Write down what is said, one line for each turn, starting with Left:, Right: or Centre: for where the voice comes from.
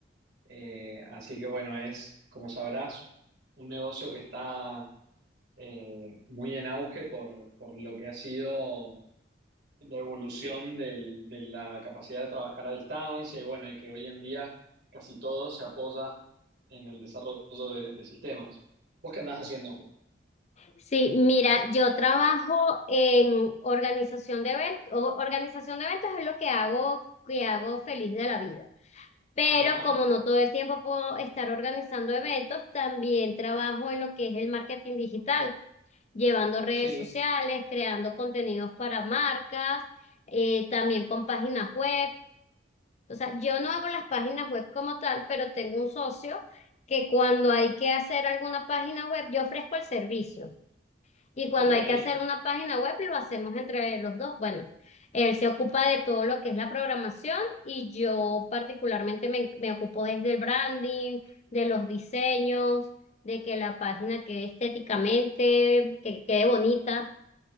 Right: Eh, así que bueno, es, como sabrás, un negocio que está eh, muy en auge por, por lo que ha sido. la evolución del- de la capacidad de trabajar a distancia y bueno, y que hoy en día casi todo se apoya en el desarrollo de, de sistemas. ¿Vos qué andás haciendo?
Left: Sí, mira, yo trabajo en organización de eventos. Organización de eventos es lo que hago, que hago feliz de la vida. Pero
Right: Ajá,
Left: como no todo el tiempo puedo estar organizando eventos, también trabajo en lo que es el marketing digital, llevando redes
Right: sí,
Left: sociales, creando contenidos para marcas, eh, también con páginas web. O sea, yo no hago las páginas web como tal, pero tengo un socio que cuando hay que hacer alguna página web, yo ofrezco el servicio. Y cuando
Right: ok.
Left: hay que hacer una página web, lo hacemos entre los dos. Bueno, él se ocupa de todo lo que es la programación y yo particularmente me, me ocupo desde el branding, de los diseños, de que la página quede estéticamente, que quede bonita.